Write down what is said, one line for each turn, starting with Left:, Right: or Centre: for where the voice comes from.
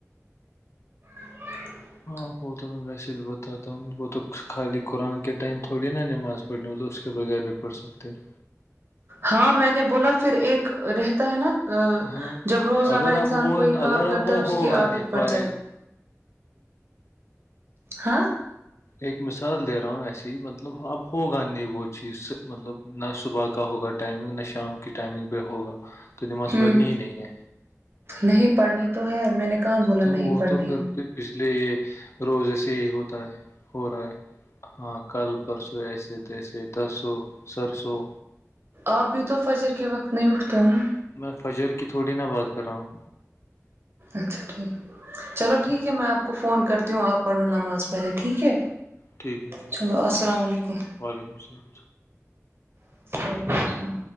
Right: <unintelligible>
Left: ہاں وہ تو میں ویسے بھی بتاتا ہوں وہ تو خالی قرآن کے ٹائم تھوڑی نا نماز پڑھنے و تو اس کے بغیر بھی پڑھ سکتے ہیں
Right: ہاں میں نے بولا پھر ایک رہتا ہے نا
Left: ہاں
Right: جب روزانہ
Left: اگر
Right: انسان
Left: اب وہ
Right: کوئی کام
Left: اگر
Right: کرتا
Left: اب وہ
Right: ہے اس
Left: ہوگا
Right: کی عادت
Left: نہیں
Right: پڑ
Left: فار
Right: جاٹی ہا
Left: ایک مثال دے رہا ہوں ایسے ہی مطلب اب ہوگا نہیں وہ چیز مطلب نہ صبح کا ہوگا ٹائمنگ نہ شام کی ٹائمنگ پہ ہوگا تو نماز
Right: ہوں
Left: پڑھنی ہی نہیں ہے
Right: نہیں پڑھنی تو ہے میں نے کہاں بولا
Left: تو
Right: نہیں
Left: وہ
Right: پڑھنی
Left: تو پھر
Right: ہے
Left: پچھلے یہ روز سے یہی ہوتا ہے ہو رہا ہے ہاں کل پرسوں ایسے تیسے ترسو سرسوں
Right: آپ بھی تو فجر کے وقت نہیں اٹھتے ہو نا
Left: میں فجر کی تھوڑی نا بات کر رہا ہوں
Right: اچھا ٹھیک چلو ٹھیک ہے میں آپ کو فون کرتی ہوں آپ پڑھو نماز پہلے ٹھیک ہے
Left: ٹھیک ہے ٹھیک
Right: چلو
Left: ہے
Right: السلام علیکم
Left: وعلیکم السلام
Right: وعلیکم السلام